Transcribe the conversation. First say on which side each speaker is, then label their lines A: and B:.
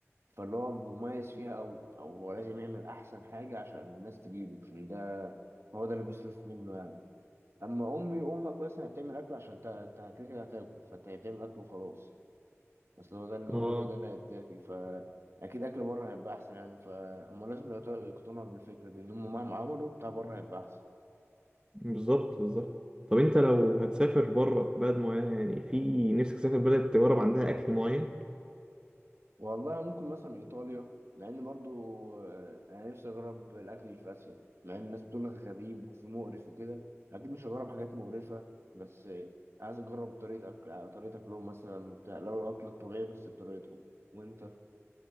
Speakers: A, on the right; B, on the right.
A: فاللي هو مميز فيها قوي او هو لازم يعمل احسن حاجة عشان الناس تجيبه عشان ده هو ده اللي بيصرف منه يعني اما امي وامك مثلا بتعمل اكل عشان انت انت كده كده هتاكل فانت هي بتعمل اكل وخلاص بس هو ده اللي موجود
B: اه
A: وده اللي هيتاكل ف اكيد اكل بره هيبقى احسن يعني فهم لازم يقت- يقتنعوا بالفكره دي ان هم مهما عملوا بتاع بره هيبقى احسن
B: بالظبط بالظبط طب انت لو هتسافر بره بلد معينه يعني في نفسك تسافر بلد تجرب عندها اكل معين
A: والله ممكن مثلا ايطاليا مع ان برضو آه، انا نفسي اجرب الاكل اللي في اسيا مع ان الناس بتقول لك غريب وفي مقرف وكده اكيد مش هجرب حاجات مقرفه بس آه، عايز اجرب طريقه أكل... طريقه اكلهم مثلا وبتاع لو الاكل الطبيعي بس بطريقتهم وانت